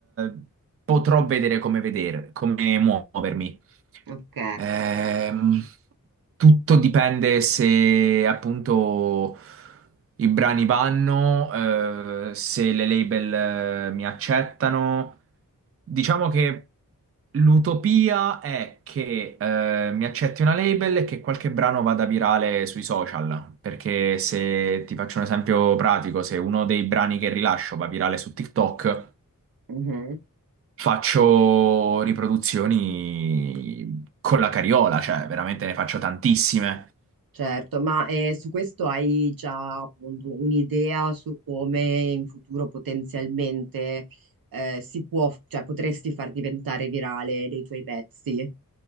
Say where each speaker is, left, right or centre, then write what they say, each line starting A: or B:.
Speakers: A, on the right; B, on the right.
A: eh, potrò vedere come vedere, come muovermi.
B: Ok,
A: Ehm, tutto dipende se appunto i brani vanno, eh, se le label, eh, mi accettano. Diciamo che l'utopia è che, eh, mi accetti una label e che qualche brano vada virale sui social. Perché se ti faccio un esempio pratico, se uno dei brani che rilascio va virale su TikTok.
B: mhm,
A: Faccio riproduzioni con la cariola, cioè veramente ne faccio tantissime.
B: Certo, ma eh, su questo hai già appunto un'idea su come in futuro potenzialmente eh, si può, cioè potresti far diventare virale dei tuoi pezzi?